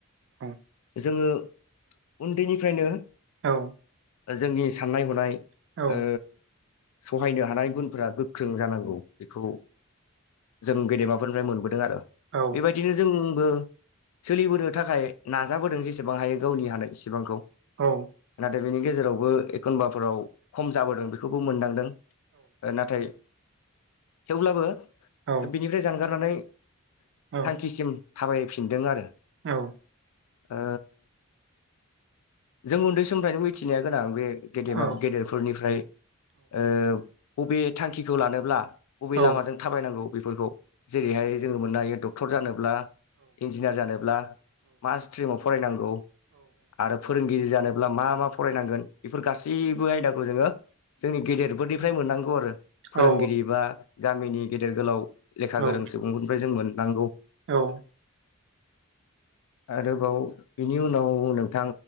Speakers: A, on the right; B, on the left.
A: औ
B: जोङो उन्दैनिफ्रायनो
A: औ
B: जोंनि साननाय हनाय
A: औ
B: ओ सहायनो हानाय गुनफ्रा गोख्रों जानांगौ बेखौ जों गेदेमाफोरनिफ्राय मोनबोदों आरो
A: औ
B: बेबायदिनो जों बो सोलिबोनो थाखाय नाजाबोदों जेसेबां हायो गावनि हानाय इसेबांखौ
A: औ
B: आरो बेनि गेजेरावबो एखनबाफोराव खम जाबोदों बेखौबो मोनदांदों नाथाय थेवब्लाबो
A: औ
B: बिनिफ्राय जानगारनानै
A: औ
B: थांखिसिम थाबायफिनदों आरो
A: औ
B: ओ जों उन्दै समफ्रायनो मिथिनाया गोनां बे गेदेमा
A: औ
B: गेदेरफोरनिफ्राय ओ बबे थांखिखौ लानोब्ला बबे
A: औ
B: लामाजों थाबायनांगौ बेफोरखौ जेरैहाय जोङो मोननो हायो डक्टर जानो ब्ला इजिनियार जानोब्ला मा स्ट्रिमाव फरायनांगौ आरो फोरों गिदिर जानोब्ला मा मा फरायनांगोन बेफोर गासैबो आयदाखौ जोङो जोंनि गेदेरफोरनिफ्राय मोननांगौ आरो फोरोंगिरि
A: औ
B: बा गामिनि गेदेर गोलाव लेखा गोरों
A: औ
B: सुबुंफोरनिफ्राय जों मोननांगौ
A: औ
B: आरोबाव बिनि उनाव नोंथां